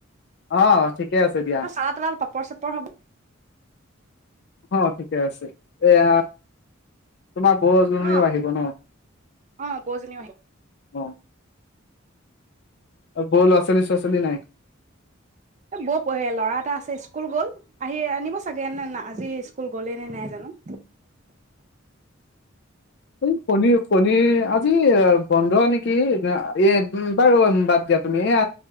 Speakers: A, on the left; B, on the right.
A: অ'। আছে দিয়া
B: চালাত তলাত পাপৰ চাপৰ হব।
A: অ' ঠিকে আছে, এয়া। তোমাৰ বও জনিও
B: অ
A: আহিব ন?
B: অ' বওজনীও আহি
A: অ'। বওফ ল'ৰা ছোৱালী নাই?
B: এ বওৰ পঢে ল'ৰা এটা আছে, স্কুল গল। আহি আনিব চাগে, নে আজি স্কুল গলেই নে নাই জানো।
A: এই শনিৰ শনিৰ আজি বন্ধ নেকি? এ বাৰু বাদ দিয়া, তুমি এ